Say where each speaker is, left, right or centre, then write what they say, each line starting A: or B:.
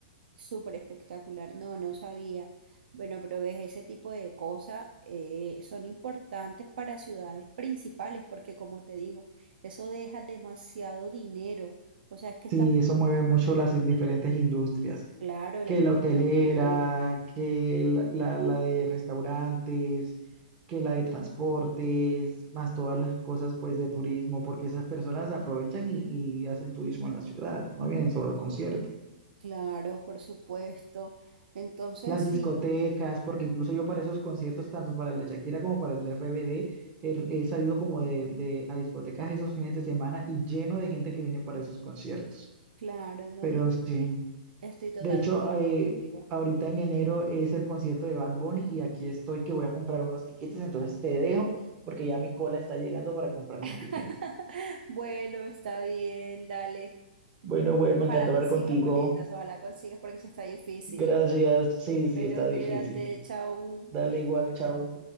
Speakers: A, on the right (about 75°); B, on the right (about 25°).
A: Súper espectacular, no, no sabía. Bueno, pero ves, ese tipo de cosas eh, son importantes para ciudades principales porque como te digo, eso deja demasiado dinero. O sea, es que estamos
B: Sí, eso mueve
A: hablando,
B: mucho las diferentes industrias,
A: claro, la
B: que
A: industria
B: la hotelera,
A: hotelera.
B: que la, la- la de restaurantes, que la de transportes, más todas las cosas pues de turismo, porque esas personas aprovechan y, y hacen turismo en la ciudad, no vienen solo al concierto.
A: Claro, por supuesto. Entonces,
B: Las
A: sí,
B: discotecas, porque incluso yo para esos conciertos, tanto para el de Shakira como para el de RBD, he, he salido como de, de- a discotecas esos fines de semana y lleno de gente que viene para esos conciertos.
A: claro, no,
B: Pero
A: no,
B: sí.
A: estoy totalmente
B: De hecho,
A: de acuerdo
B: eh,
A: contigo.
B: ahorita en enero es el concierto de Bad Bunny y aquí estoy que voy a comprar unos tiquetes, entonces te dejo porque ya mi cola está llegando para comprar
A: <laughs>
B: mi tiquete.
A: Bueno, está bien, dale.
B: Bueno, güey, me
A: Ojalá
B: encantó
A: consigas
B: hablar contigo.
A: boletas, ojalá consigas porque eso está difícil.
B: Gracias. Sí, sí,
A: Pero
B: está
A: cuídate,
B: difícil.
A: chao.
B: Dale igual, chao.